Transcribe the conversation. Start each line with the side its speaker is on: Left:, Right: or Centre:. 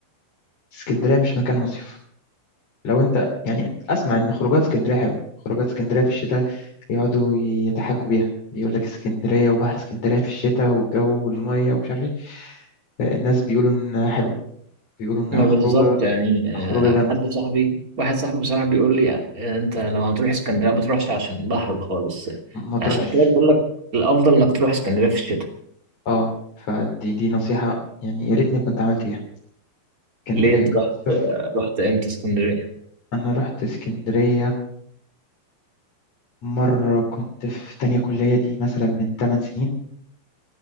Left: اسكندرية مش مكان مصيف لو انت يعني اسمع ان خروجات اسكندريه حلوه خروجات اسكندريه في الشتاء يقعدوا يتحكوا بيها يقول لك اسكندريه وبحر اسكندريه في الشتاء والجو والميه ومش عارف ايه الناس بيقولوا انها حلوه بيقولوا انها
Right: ما بالظبط
Left: خروجه
Right: يعني آه،
Left: خروجه جامده
Right: حد صاحبي واحد صاحبي بصراحة بيقول لي آه، انت لو هتروح اسكندرية ما تروحش عشان بحر خالص
Left: ما تروحش
Right: عشان كده بقول لك الأفضل انك تروح اسكندرية في الشتاء
Left: اه فدي دي نصيحه يعني يا ريتني كنت عملت بيها اسكندريه
Right: ليه انت
Left: كمصيف
Right: رحت آه، رحت امتى اسكندرية؟
Left: انا رحت اسكندريه مره كنت في تانية كليه دي مثلا من 8 سنين